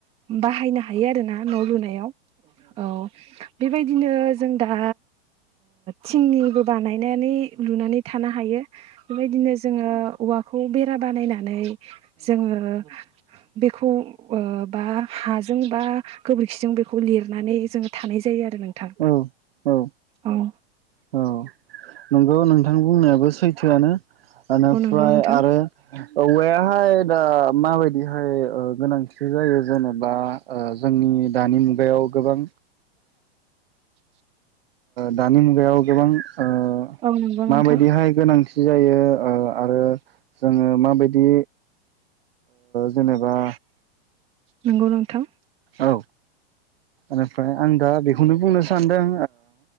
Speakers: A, on the right (about 20°); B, on the right (about 65°).
A: बाहायनो हायो आरोना। न लुनायाव औ बेबायदिनो जों दा। थिंनिबो बानायनानै लुनानै थानो हायो। बेबायदिनो जोंङो औवाखौ बेरा बानायनानै जोंङो। बेखौ बा हाजों बा। गोबोरखिजों बेखौ लिरनानै जोंङो थानाय जायो आरो नोंथां
B: औ औ
A: औ। ए।
B: औ नंगौ नोंथां बुंनायाबो सैथोआनो निफ्राय
A: औ नंगौ नोंथां
B: आरो औवाया। दा माबायदिहाय गोनांथि जायो जेनेबा जोंनि दानि। बेयाव गोबां।
A: ए।
B: दानि मुगायाव गोबां। ओ
A: औ नंगौ नोंथां
B: माबायदिहाय गोनांथि जायो ओ आरो। जोंङो माबायदि। जेनेबा।
A: नंगौ नोंथां।
B: औ मफ्राय आं दा बेखौनो बुंनो सानदों।